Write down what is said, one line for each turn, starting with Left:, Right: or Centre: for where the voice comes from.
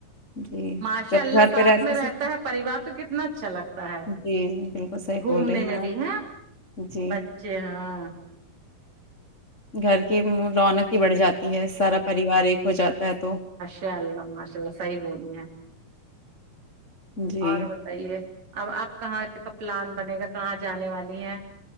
Left: جی
Right: ماشاء
Left: جب
Right: اللہ
Left: گھر
Right: ساتھ
Left: پہ رہتے
Right: میں رہتا
Left: سب
Right: ہے پریوار تو کتنا اچھا لگتا ہے
Left: جی بالکل صحیح
Right: گھومنے
Left: بول رہی ہیں
Right: میں
Left: آپ
Right: بھی ہاں
Left: جی
Right: بچے ہاں
Left: گھر کی رونق ہی بڑھ جاتی ہے سارا پریوار ایک ہو جاتا ہے تو
Right: یا اللہ ماشاء اللہ صحیح بول رہی ہیں
Left: جی
Right: اور بتائیے اب آپ کہاں کا پلان بنے گا کہاں جانے والی ہیں